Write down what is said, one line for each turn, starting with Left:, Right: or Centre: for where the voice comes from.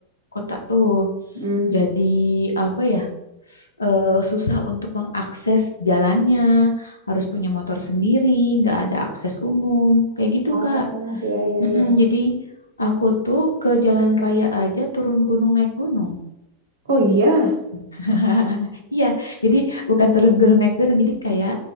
Left: kota tuh.
Right: Mm.
Left: Jadi apa ya, eh, susah untuk mengakses jalannya, harus punya motor sendiri, nggak ada akses umum, kayak gitu
Right: Oh,
Left: Kak.
Right: iya, iya,
Left: Mm-mm,
Right: iya.
Left: jadi aku tuh ke jalan raya aja turun gunung naik gunung.
Right: Oh iya.
Left: <laughs> Iya, jadi bukan turun gunung naik gunung, jadi kayak